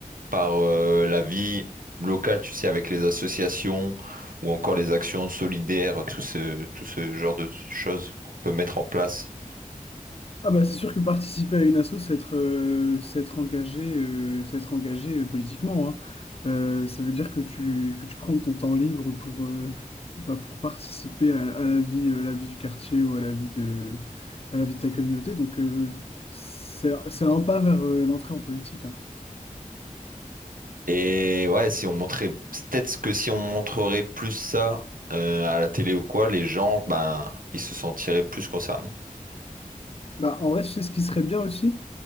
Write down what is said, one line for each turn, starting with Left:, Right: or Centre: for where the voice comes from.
Right: par euh, la vie locale, tu sais, avec les associations ou encore les actions solidaires, tout ce tout ce genre de choses qu'on peut mettre en place.
Left: Ah bah c'est sûr que participer à une asso, c'est être, euh, c'est être engagé, euh, c'est être engagé euh, politiquement, hein. Euh, ça veut dire que tu, que tu prends ton temps libre pour, euh, bah, pour participer à, à la vie, à la vie du quartier ou à la vie de, à la vie de ta communauté. Donc euh, c'est, c'est un pas vers euh, l'entrée en politique, hein.
Right: Et ouais, si on montrait, peut-être que si on montrerait plus ça euh, à la télé ou quoi, les gens, ben, ils se sentiraient plus concernés.
Left: Bah, en vrai, tu sais ce qui serait bien aussi?